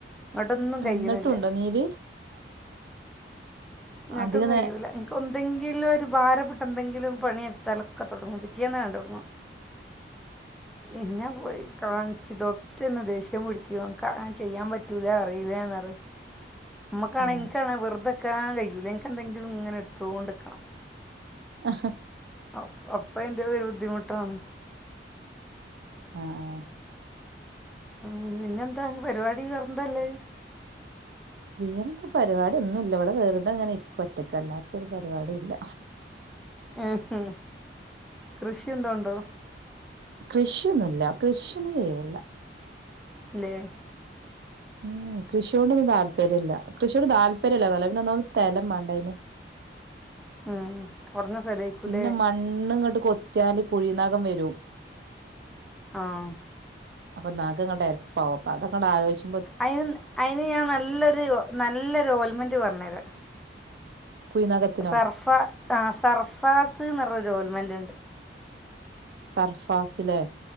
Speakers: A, in the centre; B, on the right.
A: ഇങ്ങോട്ടൊന്നും കഴിയണില്ല
B: എന്നിട്ടുണ്ടോ നീല്
A: ഇങ്ങോട്ടും
B: അധിക
A: കഴൂല
B: നേ
A: എനക്ക് എന്തെങ്കിലും ഒരു ഭാരപ്പെട്ട ട്ടെന്തെങ്കിലും പണിയെടുത്താലൊക്കെ തുടങ്ങും പിറ്റേന്ന് തുടങ്ങും പിന്ന പോയി കാണിച്ചു ഡോക്ടർ തന്നെ ദേഷ്യം പിടിക്കുവാ നക്ക് അങ്ങനെ ചെയ്യാൻ പറ്റൂലാ അറീലന്നറയും നമ്മക്ക് ആണെങ്കി
B: ഏഹ്
A: എനിക്ക് ആണെങ്കി വെറുതെ നിക്കാൻ കഴിയൂല ഇന്ക്ക് എന്തെങ്കിലും ഇങ്ങനെ എടുത്തോണ്ട്ക്കണം
B: ആഹ്
A: അ അപ്പ എന്റെ ഒരു ബുദ്ധിമുട്ടാണ്
B: ആഹ് ആഹ്
A: ഉം പിന്നെന്താ പരിപാടി പറന്തല്ലേ
B: വേറെന്താ പരിപാടി ഒന്നും ഇല്ല ഇവിടെ വെറുതെ ഇങ്ങനെ ഇരിക്കുവാ ഒറ്റക്കല്ലാത്തൊരു പരിപാടി ഇല്ല
A: ഉം ഉം കൃഷി എന്തോ ഉണ്ടോ
B: കൃഷ് കൃഷിയൊന്നൂല്ല കൃഷിയൊന്നും ചെയ്യലില്ല
A: ലെയാ
B: ഉം കൃഷിയോടും താല്പര്യില്ല കൃഷിയോട് താര് തല്ല നല്ലന്നെ ഒന്നാത് സ്ഥലം വേണ്ടേതിന്
A: ഉം കുറഞ്ഞ സ്ഥലമായിരിക്കൂല്ലേ
B: പിന്നെ മണ്ണ് ഇങ്ങോട്ട് കൊ കത്യാല് കുഴിനഗം വരും
A: ആഹ്
B: അപ്പൊ നക്കാങ്ങട്ടെരപ്പവും അപ്പൊ അതങ്ങട് ആലോച്ച
A: അയിന് അയിന് ഞാൻ നല്ലൊരു നല്ലൊര് ഓൽമെന്റ് പറഞ്ഞരാ
B: കുഴിനഖത്തിനോ
A: സർഫ ആ സർഫാസ് ന്ന് റഞ്ഞൊരു ഓയിൽമെ ൻറ്റിണ്ട്
B: സർഫാസിലെ